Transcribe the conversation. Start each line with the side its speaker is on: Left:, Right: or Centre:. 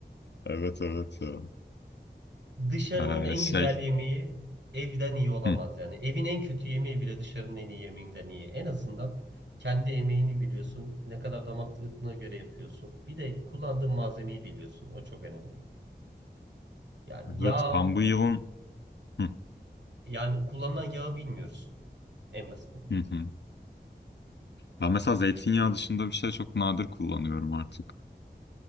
Left: Evet evet ya.
Right: Dışarının
Left: Ee,
Right: en
Left: şey.
Right: güzel yemeği evden iyi olamaz
Left: Hı.
Right: yani. Evin en kötü yemeği bile dışarının en iyi yemeğinden iyi. En azından kendi emeğini biliyorsun. Ne kadar damak tadına göre yapıyorsun. Bir de kullandığın malzemeyi biliyorsun. O çok önemli. Yani yağ,
Left: Evet ben bu yılın. Hı,
Right: yani kullanılan yağı bilmiyoruz en basitinden.
Left: hı, hı. Ben mesela zeytinyağı dışında bir şey çok nadir kullanıyorum artık.